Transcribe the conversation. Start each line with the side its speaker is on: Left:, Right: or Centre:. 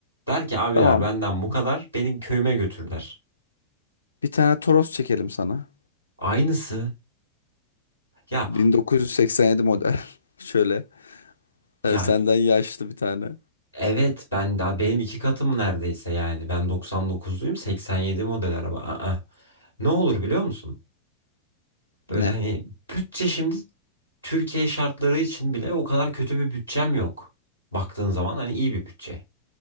Right: Der ki abiler
Left: Tamam.
Right: benden bu kadar beni köyüme götürler.
Left: Bir tane Toros çekelim sana.
Right: Aynısı ya
Left: 1987 model. <laughs> Şöyle.
Right: ya
Left: e, senden yaşlı bir tane.
Right: evet ben daha benim iki katım neredeyse yani ben 99'luyum 87 model araba. Aa, ne olur biliyor musun? Böyle
Left: Ne?
Right: hani bütçe şimdi Türkiye şartları için bile o kadar kötü bir bütçem yok. Baktığın zaman hani iyi bir bütçe.